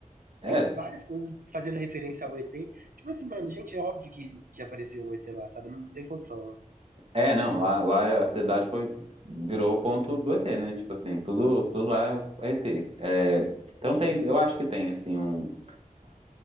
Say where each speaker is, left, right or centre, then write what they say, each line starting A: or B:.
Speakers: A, on the right; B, on the right.
A: É,
B: Tem várias coisas fazendo referência ao ET. Tipo assim, mano, gente, é óbvio que, que apareceu um ET lá, sabe? Não tem condição.
A: é, não. Lá, lá a cidade foi. Virou o ponto do ET, né? Tipo assim, tudo, tudo lá é ET. É, então tem, eu acho que tem, assim, um.